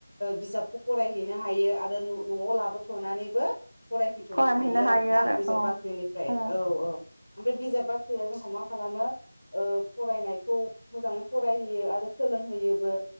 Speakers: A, on the left; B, on the right.
A: बिजाबखौ फरायहैनो हायो आरो न'आव लाबोथ'नानैबो फरायफैथ'नो
B: फरायफैनो
A: हायो आरोना
B: आरो
A: बिजाब
B: औ
A: बाख्रिनिफ्राय
B: उम
A: औ औ ओमफ्राय बिजाब बाख्रिया जोंखौ मा खालामो फरायनायखौ मोजाङै फरायहैयो आरो सोलोंहोयोबो